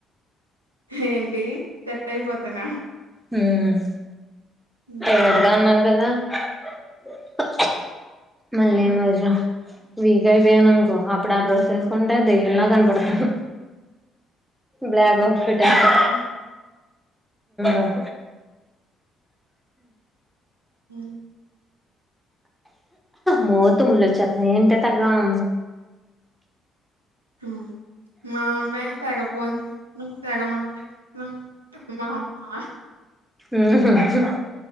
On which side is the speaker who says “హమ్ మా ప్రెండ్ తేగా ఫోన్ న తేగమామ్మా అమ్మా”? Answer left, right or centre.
Right